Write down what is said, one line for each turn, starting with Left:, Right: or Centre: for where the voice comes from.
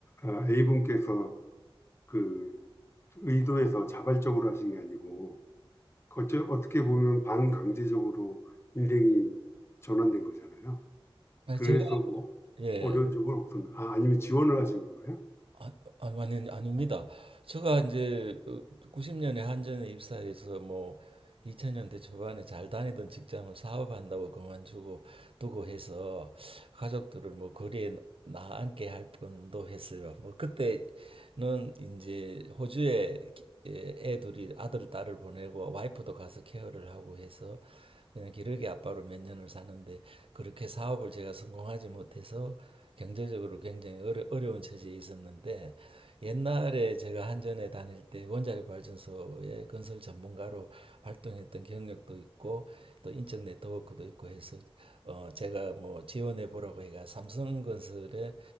Left: 아, A분께서 그 의도해서 자발적으로 하신 게 아니고, 어째, 어떻게 보면 반강제적으로 인생이 전환된 거잖아요.
Right: 아니,
Left: 그래서
Right: 제가
Left: 뭐
Right: 예.
Left: 어려운 적은 없었나? 아, 아니면 지원을 하신 건가요?
Right: 아, 아, 아니, 아닙니다. 제가 이제 90년에 한전에 입사해서 뭐 2000년대 초반에 잘 다니던 직장을 사업한다고 그만두고 두고 해서 가족들을 뭐 거리에 나앉게 할 뻔도 했어요. 뭐 그때는 이제 호주에 기- 예, 애 둘이 아들 딸을 보내고 와이프도 가서 케어를 하고 해서 그냥 기러기 아빠로 몇 년을 사는데 그렇게 사업을 제가 성공하지 못해서 경제적으로 굉장히 어려, 어려운 처지에 있었는데 옛날에 제가 한전에 다닐 때 원자력 발전소의 건설 전문가로 활동했던 경력도 있고 또 인적 네트워크도 있고 해서 어 제가 뭐 지원해 보라고 해가 삼성건설에